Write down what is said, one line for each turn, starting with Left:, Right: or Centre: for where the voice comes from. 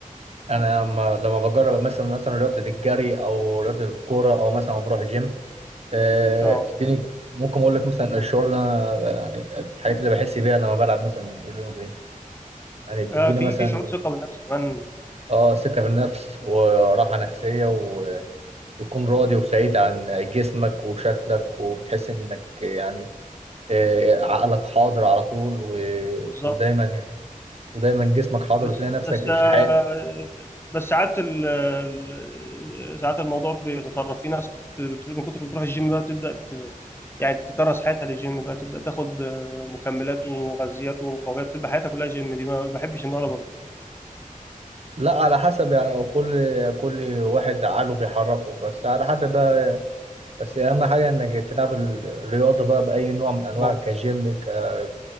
Right: انا لما لما بجرب مثلا مثلا رياضه الجري او رياضه الكوره او مثلا بروح جيم آه،
Left: أه
Right: بتديني ممكن اقول لك مثلا الشعور اللي انا يعني الحاجات اللي بحس بيها لما بلعب مثلا الرياضه دي يعني تديني
Left: آه، في
Right: مثلا
Left: في شعور ثقة بالنفس كمان
Right: اه ثقة في النفس وراحة نفسية و- وتكون راضي وسعيد عن
Left: آه،
Right: جسمك وشكلك وبتحس انك يعني آه، عقلك حاضر على طول و-
Left: بالظبط
Right: ودايما يعني ودايما جسمك حاضر
Left: بس
Right: وتلاقي نفسك
Left: بس آه،
Right: في حياة
Left: بس ساعات ال ال- ساعات الموضوع بيتطرف في ناس بت- بت- من كتر ما بتروح الجيم بقى بتبدأ ت- يعني تكرس حياتها للجيم بقى تبدأ تاخد آه، مكملات ومغذيات ومقويات بتبقى حياتها كلها جيم دي ما بحبش النوع ده برضه
Right: لا على حسب يعني كل كل واحد عقله بيحركه بس على حسب بقى بس أهم حاجة إنك تلعب الرياضة بقى بأي نوع من أنواع
Left: اه
Right: كجيم ك-